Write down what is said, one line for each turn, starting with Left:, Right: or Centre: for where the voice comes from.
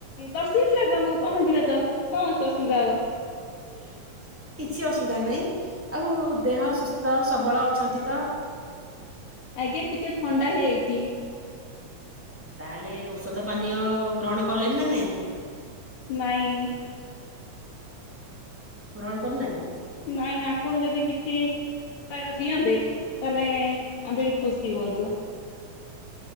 Left: ଦଶ ଦିନ ଲାଗୁ ଆମକୁ ପହଞ୍ଚିବା, ତ କଣ ଅସୁବିଧା ହବ?
Centre: <inaudible> କିଛି ଅସୁବିଧା ନାହିଁ। ଆଉ, ଦେହ ସୁସ୍ଥ ସବଳ ଅଛନ୍ତି ତ?
Left: ଆଜ୍ଞା, ଟିକେ ଥଣ୍ଡା ହେଇଯାଇଛି।
Centre: ତାହେଲେ ଔଷଧ ପାନୀୟ ଗ୍ରହଣ କଲେନି ନା, ନାହିଁ?
Left: ନାହିଁ।
Centre: ପୂରଣ କରିନାହାନ୍ତି?
Left: ନାହିଁ, ଆପଣ ଯଦି କିଛି ଉପାୟ ଦିଅନ୍ତେ, ତାହେଲେ ଆମେ ଏଠି ଖୁସି ହୁଅନ୍ତୁ।